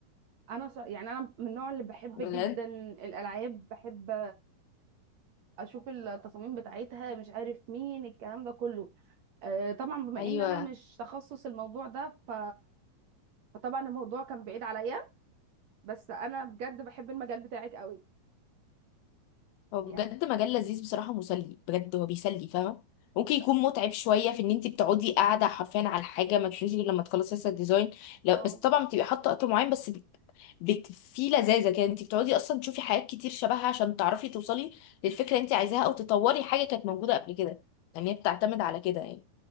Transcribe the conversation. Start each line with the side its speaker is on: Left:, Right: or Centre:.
Right: انا ص- يعني انا من النوع اللي بحب
Left: بجد
Right: جدا الالعاب بحب اشوف التصاميم بتاعتها مش عارف مين الكلام ده كله آه، طبعا بما
Left: ايوه
Right: ان انا مش تخصص الموضوع ده ف... فطبعا الموضوع كان بعيد عليا بس انا بجد بحب المجال بتاعك قوي
Left: هو بجد
Right: يعني
Left: مجال لذيذ بصراحة مسلي بجد هو بيسلي فاهمة ممكن
Right: ده
Left: يكون متعب شوية في ان انت بتقعدي قاعدة حرفيا على حاجة ما تشوفيش غير لما تخلصي لسه الديزاين لا
Right: اه
Left: بس طبعا بتبقي حاطة وقت معين بس بت... بت... في لذاذة كده انت بتقعدي اصلا تشوفي حاجات كتير شبهها عشان تعرفي توصلي للفكرة اللي انت عايزاها او تطوري حاجة كانت موجودة قبل كده يعني هي بتعتمد على كده يعني